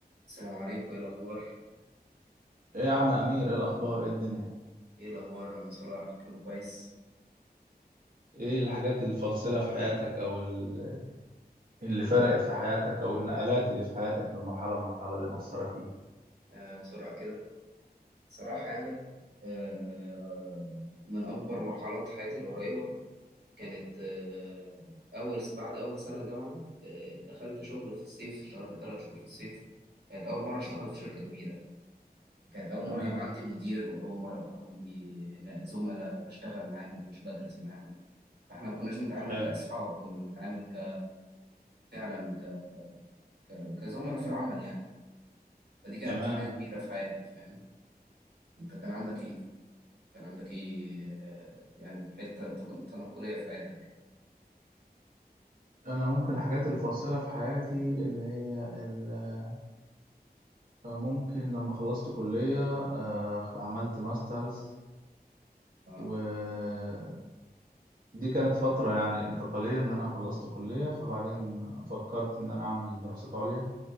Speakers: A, on the right; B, on the right.
A: السلام عليكم ايه الاخبار
B: ايه يا عم امير ايه الاخبار ايه الدنيا
A: ايه الاخبار يا عم صلاح كله كويس
B: ايه الحاجات الفاصله في حياتك او ال- اللي فرقت في حياتك او النقلات اللي في حياتك من مرحله لمرحله اللي مأثره فيك
A: آه بسرعه كده صراحه يعني آه من اكبر مرحلات حياتي القريبه كانت آه اول بعد اول سنه جامعه آه دخلت شغل في الصيف اشتغلت ثلاث شهور في الصيف كانت اول مره اشتغل في شركه كبيره كانت اول
B: تمام
A: مره يبقى عندي مدير واول مره يبقى عندي إن- زملاء بشتغل معاهم مش بدرس معاهم فاحنا ما كناش بنتعامل
B: حلو
A: كاصحاب كنا بنتعامل ك- فعلا ك- ك- كزملاء في العمل يعني فدي كانت
B: تمام
A: حاجة كبيرة في حياتي فاهم انت كان عندك ايه كان عندك ايه آه، يعني حتة تك- تنقلية في حياتك
B: انا ممكن الحاجات الفاصله في حياتي اللي هي ال- ممكن لما خلصت كليه آه، عملت ماسترز
A: اه
B: ودي كانت فتره يعني انتقاليه ان انا خلصت كليه فبعدين فكرت ان انا اعمل دراسات عليا